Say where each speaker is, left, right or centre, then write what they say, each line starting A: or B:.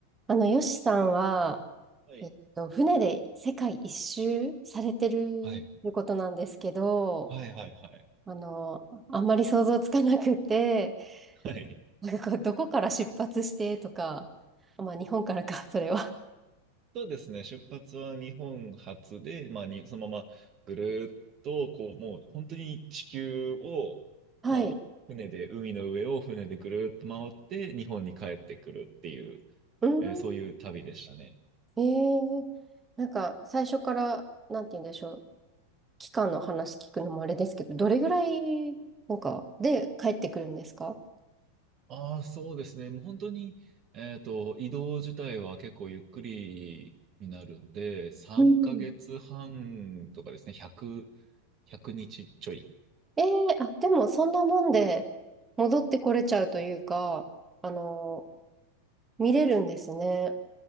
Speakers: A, on the right (about 15°); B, on the right (about 35°).
A: あの、ヨシさんは、
B: はい。
A: えっと、船で世界一周されてるということなんですけど、
B: はい。はい、はい、はい。
A: あの、あんまり想像つかなくて、
B: はい。
A: なんかこう、どこから出発してとか、まあ、日本からか、<laughs> それは。
B: <laughs> そうですね。出発は日本初で、まあ、に、そのままぐるーっと、こう、もう本当に地球を、
A: はい。
B: まあ、船で、海の上を船でぐるーっと回って、日本に帰ってくるっていう、
A: うーん。
B: えーそういう旅でしたね。
A: えー、なんか、最初から、なんて言うんでしょう、期間の話聞くのもあれですけど、どれぐらい、なんか、で帰ってくるんですか
B: ああ、そうですね。もう本当に、えっと、移動自体は結構ゆっくりになるんで、3ヶ月半とかですね、
A: うん
B: 1 0 100日ちちょい。
A: ええあ、でもそんなもんで戻ってこれちゃうというか、あの、見れるんですね。